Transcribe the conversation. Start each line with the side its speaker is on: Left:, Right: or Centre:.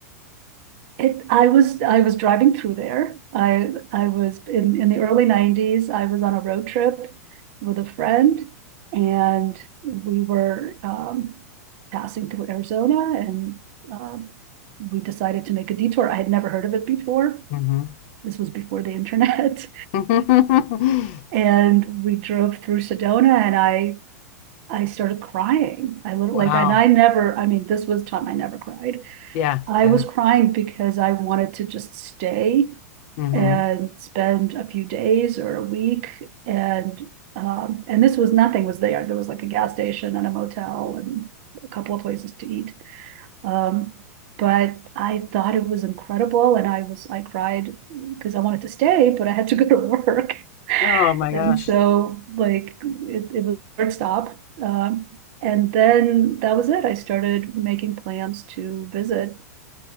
Right: it I was I was driving through there. I I was in in the early '90s. I was on a road trip with a friend, and we were um, passing through Arizona, and um, we decided to make a detour. I had never heard of it before.
Left: hmm
Right: This was before the internet.
Left: <laughs>
Right: And we drove through Sedona and I, I started crying. I lit-
Left: Wow.
Right: like, and I never, I mean, this was time I never cried.
Left: Yeah,
Right: I
Left: yeah.
Right: was crying because I wanted to just stay
Left: hmm
Right: and spend a few days or a week. And, um, and this was nothing was there. There was like a gas station and a motel and a couple of places to eat. Um, but I thought it was incredible and I was I cried because I wanted to stay, but I had to go to <laughs> work.
Left: Oh my gosh.
Right: And so like it, it was a hard stop. Um, and then that was it. I started making plans to visit